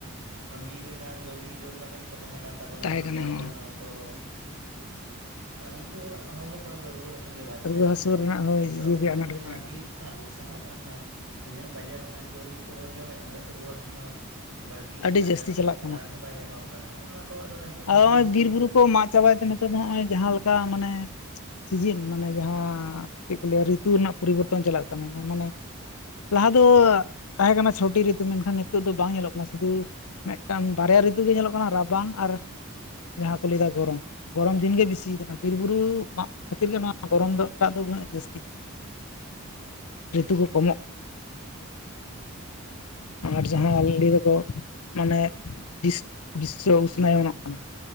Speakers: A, on the right; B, on the left.
A: ᱵᱤᱨ ᱨᱮᱱᱟᱜ ᱡᱚ ᱵᱤᱞᱤ ᱡᱚᱢ ᱠᱟᱛᱮᱜ ᱛᱟᱦᱮᱸ ᱠᱟᱱ ᱛᱟᱵᱚᱱᱟ
B: ᱛᱟᱦᱮᱸ
A: ᱚᱱᱟᱛᱮ
B: ᱠᱟᱱᱟ
A: ᱟᱵᱚᱨᱮᱱ
B: ᱦᱚᱸ
A: ᱦᱚᱲ ᱠᱚᱫᱚ ᱮᱸᱜ ᱩᱱᱠᱩᱣᱟᱜ ᱦᱚᱲᱢᱚ ᱠᱚᱨᱮ ᱫᱚ ᱨᱩᱣᱟᱹ ᱦᱟᱹᱥᱩ <unintelligible> ᱜᱮ ᱵᱟᱭ ᱛᱟᱦᱮᱸ
B: ᱨᱩᱣᱟᱹ
A: ᱠᱟᱱ
B: ᱦᱟᱹᱥᱩ
A: ᱛᱟᱦᱮᱸᱫ
B: ᱨᱮᱱᱟᱜ ᱦᱚᱸ
A: ᱱᱤᱛᱚᱜ
B: ᱤᱭᱟᱹ
A: ᱟᱵᱚ
B: ᱜᱮ
A: ᱵᱚᱱ
B: ᱟᱱᱟᱴ
A: ᱧᱮᱞᱮᱜᱼᱟ
B: ᱜᱮ ᱵᱟᱝ
A: ᱵᱤᱨ ᱵᱚᱱᱟᱜ ᱥᱟᱦᱟᱜ ᱠᱟᱱ ᱠᱷᱟᱱ ᱛᱤᱱᱟᱹᱜ ᱵᱟᱡᱟᱨ ᱨᱮᱱᱟᱜ ᱡᱚᱼᱵᱤᱞᱤ ᱠᱚᱵᱚᱱ ᱡᱚᱢᱟ ᱩᱱᱟᱹᱜ ᱨᱩᱣᱟᱹ ᱦᱟᱹᱥᱩ ᱦᱚᱸ ᱵᱟᱹᱲᱛᱤ ᱤᱫᱤᱜ
B: ᱟᱹᱰᱤ
A: ᱠᱟᱱ
B: ᱡᱟᱹᱥᱛᱤ
A: ᱛᱮ ᱚᱱᱟ
B: ᱪᱟᱞᱟᱜ
A: ᱨᱟᱱ ᱦᱚᱸ ᱵᱟᱭ ᱧᱟᱯᱟᱢ ᱠᱟᱱᱟ ᱱᱚᱜ ᱱᱚᱣᱟ ᱠᱚ ᱟᱫᱚ, ᱱᱤᱛᱚᱜ ᱫᱚ
B: ᱟᱫᱚ
A: ᱩᱭᱦᱟᱹᱨ
B: ᱱᱚᱜᱼᱚᱭ
A: ᱦᱩᱭᱩᱜ ᱛᱟᱵᱚᱱᱟ
B: ᱵᱤᱨ ᱵᱩᱨᱩ ᱠᱚ ᱢᱟᱫ ᱪᱟᱵᱟᱭ ᱛᱮ ᱱᱤᱛᱚᱜ ᱫᱚ ᱱᱚᱜᱼᱚᱭ ᱡᱟᱦᱟᱸᱮᱠᱟ ᱢᱟᱱᱮ ᱥᱤᱡᱤᱱ ᱢᱟᱱᱮ ᱡᱟᱦᱟᱸ ᱪᱮᱫ ᱠᱚ ᱞᱟᱹᱭᱟ ᱨᱤᱛᱩ ᱨᱮᱱᱟᱜ ᱯᱚᱨᱤᱵᱚᱨᱛᱚᱱ ᱪᱟᱞᱟᱜ ᱠᱟᱱᱟ, ᱢᱟᱱᱮ ᱞᱟᱦᱟ ᱫᱚ ᱛᱟᱦᱮᱸ ᱠᱟᱱᱟ ᱪᱷᱚᱴᱤ ᱨᱤᱛᱩ ᱢᱮᱱᱠᱷᱟᱱ ᱱᱤᱛᱚᱜ ᱫᱚ ᱵᱟᱝ ᱧᱮᱞᱚᱜ ᱠᱟᱱᱟ, ᱥᱩᱫᱷᱩ ᱢᱤᱫᱴᱟᱝ ᱵᱟᱨᱭᱟ ᱨᱤᱛᱩ ᱜᱮ ᱧᱮᱞᱚᱜ ᱠᱟᱱᱟ ᱨᱟᱵᱟᱝ ᱟᱨ ᱡᱟᱦᱟᱸ ᱠᱚ ᱞᱟᱹᱭᱟ ᱜᱚᱨᱚᱢ ᱜᱚᱨᱚᱢ ᱫᱤᱱᱜ ᱜᱮ ᱵᱤᱥᱤᱭᱟ ᱠᱟᱱᱟ ᱵᱤᱨ ᱵᱩᱨᱩ ᱢᱟᱜ ᱠᱷᱟᱹᱛᱤᱨ ᱜᱮ ᱱᱚᱶᱟ ᱜᱚᱨᱚᱢ ᱫᱚ ᱴᱟᱜ ᱫᱚ ᱩᱱᱟᱹᱜ ᱡᱟᱹᱥᱛᱤᱜ
A: <inaudible>
B: ᱡᱚᱱᱛᱩ ᱠᱚ ᱠᱚᱢᱚᱜ ᱟᱨ ᱡᱟᱦᱟᱸ ᱞᱟᱹᱭ ᱫᱚᱠᱚ ᱢᱟᱱᱮ ᱵᱤᱥ ᱵᱤᱥᱥᱚ ᱩᱥᱱᱟᱚᱭᱚᱱᱚᱜ ᱠᱟᱱᱟ᱾